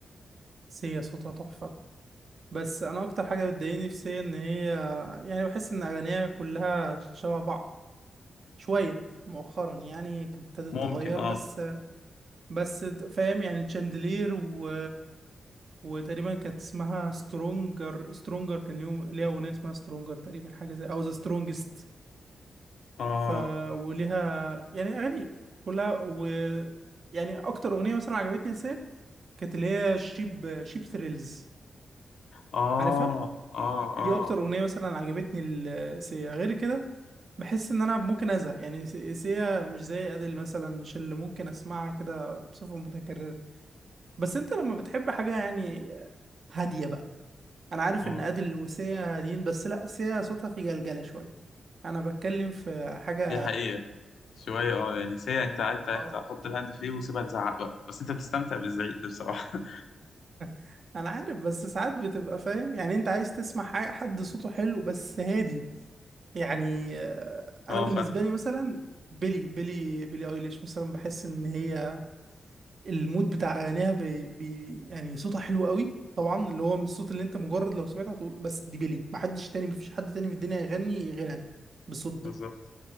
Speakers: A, on the right (about 55°); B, on the left (about 80°).
A: سيا صوتها تحفة بس انا اكتر حاجه بتضايقني في سي ان هي يعني بحس ان اغانيها كلها شبه بعض شويه مؤخرا يعني ابتدت
B: ممكن
A: تتغير
B: اه
A: بس بس فاهم يعني تشاندلير و وتقريبا كانت اسمها سترونجر سترونجر كان ليهم ليها اغنيه اسمها سترونجر تقريبا حاجه زي او ذا سترونجست
B: اه
A: ف وليها يعني اغاني كلها و يعني اكتر اغنيه مثلا عجبتني سي كانت اللي هي شيب شيب ثريلز
B: اه
A: عارفها
B: اه اه
A: دي اكتر اغنيه مثلا عجبتني السي غير كده بحس ان انا ممكن ازهق يعني س- سيا مش زي ادل مثلا مش اللي ممكن اسمعها كده بصفة متكررة بس انت لما بتحب حاجة يعني هادية بقى انا عارف
B: اه
A: ان ادل وسيا هاديين بس لا سيا صوتها في جلجلة شوية انا بتكلم في حاجة
B: دي حقيقة شوية اه يعني ساعة انت قاعد انت
A: اه
B: حط الهاند فري وسيبها تزعق بقى بس انت بتستمتع بالزعيق ده بصراحة
A: <laughs> انا عارف بس ساعات بتبقى فاهم يعني انت عايز تسمع حاجة- حد صوته حلو بس هادي يعني آه،
B: <laughs>
A: انا
B: اه
A: بالنسبة
B: فاهم
A: لي مثلا بيلي بيلي بيلي ايليش مثلا بحس ان هي المود بتاع اغانيها بي بي يعني صوتها حلو قوي طبعا اللي هو من الصوت اللي انت مجرد لو سمعته هتقول بس دي بيلي محدش تاني مفيش حد تاني في الدنيا يغني غيرها بالصوت
B: بالظبط
A: ده